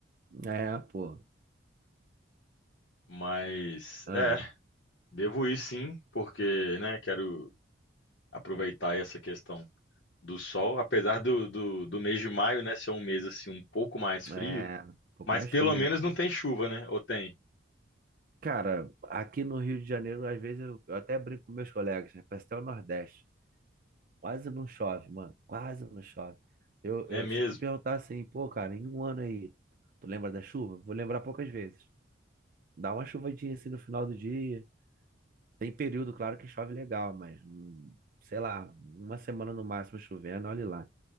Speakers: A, on the right (about 45°); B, on the left (about 60°).
A: É, pô.
B: Mas
A: Ah,
B: é, devo ir sim, porque, né, quero aproveitar essa questão do sol, apesar do, do, do mês de maio, né, ser um mês assim um pouco mais frio,
A: é um pouco
B: mas
A: mais
B: pelo
A: frio
B: menos
A: aqui.
B: não tem chuva, né? Ou tem?
A: Cara, aqui no Rio de Janeiro, às vezes eu, eu até brinco com meus colegas, né? Parece até o Nordeste. Quase não chove, mano. Quase não chove. Eu,
B: É
A: eu,
B: mesmo?
A: se tu perguntar assim, pô, cara, em um ano aí, tu lembra da chuva? Vou lembrar poucas vezes. Dá uma chuvadinha assim no final do dia. Tem período, claro, que chove legal, mas hum, sei lá, uma semana no máximo chovendo, olha lá.